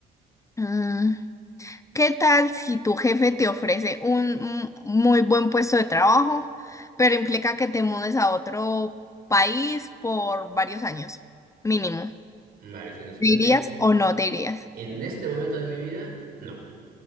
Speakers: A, on the left (about 20°); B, on the right (about 60°).
A: Mm. ¿Qué tal si tu jefe te ofrece un un muy buen puesto de trabajo, pero implica que te mudes a otro país por varios años, mínimo?
B: pues, Varios años.
A: ¿Te irías
B: En,
A: o no te irías?
B: en este momento de mi vida, no.